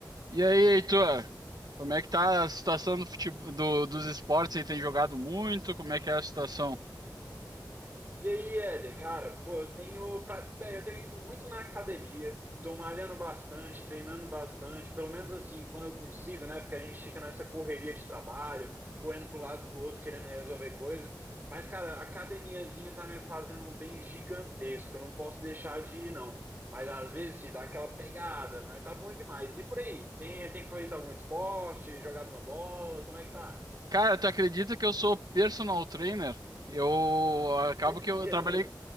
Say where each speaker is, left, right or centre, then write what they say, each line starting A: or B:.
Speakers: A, on the right; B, on the right.
A: E aí, Heitor? Como é que tá a situação do futebol, do, dos esportes? Você tem jogado muito? Como é que é a situação?
B: E aí, Éder, cara, pô, eu tenho, pra- velho, eu tenho ido muito na academia, tô malhando bastante, treinando bastante, pelo menos assim, quando eu consigo, né? Porque a gente fica nessa correria de trabalho, correndo pro lado e pro outro, querendo resolver coisa. Mas, cara, a academiazinha tá me fazendo um bem gigantesco, eu não posso deixar de ir, não. Mas às vezes se dá aquela pegada, mas tá bom demais. E por aí? Tem, tem feito algum esporte, jogado uma bola? Como é que tá?
A: Cara, tu acredita que eu sou personal trainer? Eu acabo
B: É
A: que eu
B: mesmo,
A: trabalhei
B: cara.